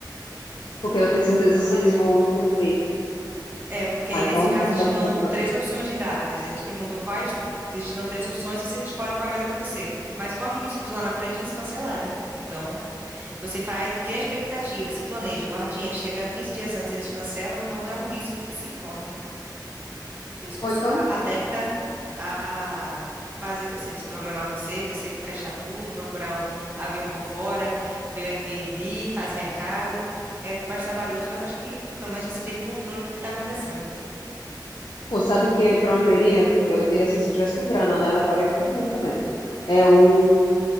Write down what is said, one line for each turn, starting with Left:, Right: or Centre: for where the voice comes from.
Left: Porque eu não tenho certeza
Right: Não
Left: se
Right: pagaria.
Left: eles vão cumprir.
Right: É, porque
Left: Ah, então
Right: nesse caso eles
Left: deve
Right: te dão
Left: cumprir
Right: três opções de datas. Eles perguntam quais. Eles te dão três opções, você escolhe qual é a melhor para você. Mas corre risco de lá na frente eles cancelarem. Então, você faz, cria expectativa, se planeja, guarda dinheiro, chega 15 dias antes, eles cancelam, então é um risco que se corre. Por isso
Left: Ou
Right: que eu
Left: então,
Right: sou a- adepta a fazer você, se programar você, você fechar tudo, procurar um avião por fora, ver o Airbnb, faz mercado. É mais trabalhoso, mas acho que pelo menos você tem controle do que está acontecendo.
Left: pô, sabe que pra onde eu iria? Eu, e assim, se eu tivesse com grana, né? Eu Levaria todo mundo também. É o